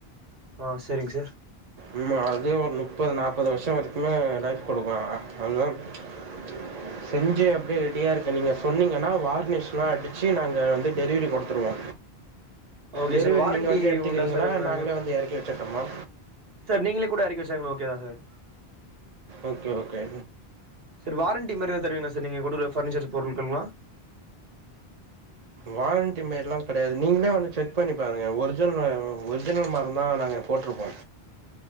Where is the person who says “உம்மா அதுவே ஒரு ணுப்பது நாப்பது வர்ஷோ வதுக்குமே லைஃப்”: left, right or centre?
Right